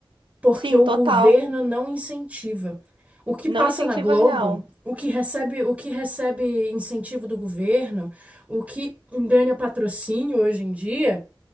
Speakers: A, on the right; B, on the right.
A: porque
B: sim,
A: o
B: total.
A: governo não incentiva. O que
B: Não
A: passa
B: incentiva
A: na Globo,
B: real.
A: o que recebe, o que recebe incentivo do governo, o que ganha patrocínio hoje em dia